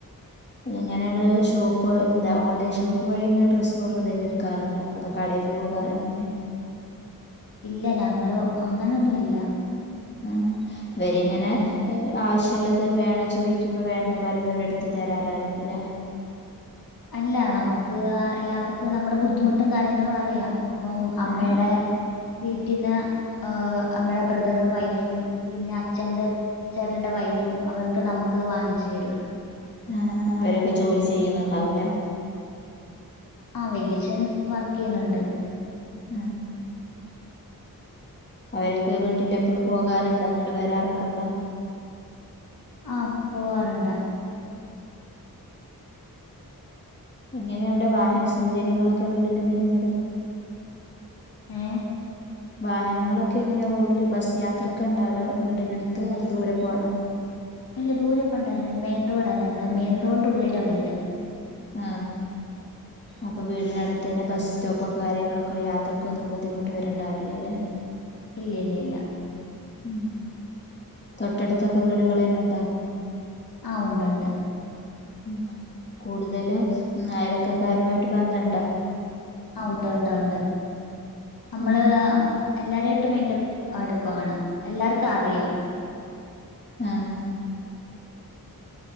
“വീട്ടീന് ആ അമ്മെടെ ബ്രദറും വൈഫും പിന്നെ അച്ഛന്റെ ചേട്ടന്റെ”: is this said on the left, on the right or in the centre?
Left